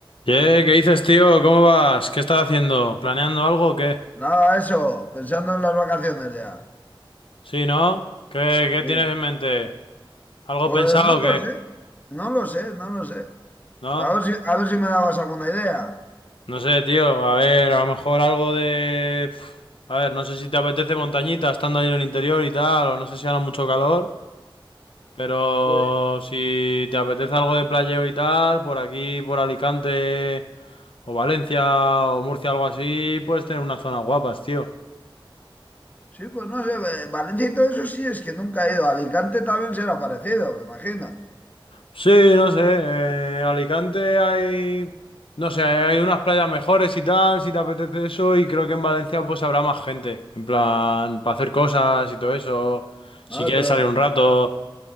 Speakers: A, on the left (about 75°); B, on the left (about 20°).
A: Ye, ¿qué dices, tío? ¿Cómo vas? ¿Qué estás haciendo? ¿Planeando algo o qué?
B: Nada, eso, pensando en las vacaciones ya.
A: ¿Sí, no? ¿Qué, qué
B: Sí.
A: tienes en mente? ¿Algo
B: Pues
A: pensado
B: no
A: o qué?
B: lo sé, no lo sé, no lo sé.
A: ¿No?
B: A ver si, a ver si me dabas alguna idea.
A: No sé, tío. A ver, a lo mejor algo de... Pf, A ver, no sé si te apetece montañita estando ahí en el interior y tal, o no sé si hará mucho calor, pero
B: Pues,
A: si te apetece algo de playeo y tal, por aquí, por Alicante, o Valencia, o Murcia, algo así, puedes tener unas zonas guapas, tío.
B: sí, pues no sé, eh, Valencia y todo eso sí es que nunca he ido. Alicante también será parecido, me imagino.
A: Sí, no sé, eh, Alicante hay, no sé, hay unas playas mejores y tal, si te apetece eso, y creo que en Valencia pues habrá más gente, en plan, para hacer cosas y todo eso, si
B: A
A: quieres
B: ver, pero
A: salir un rato,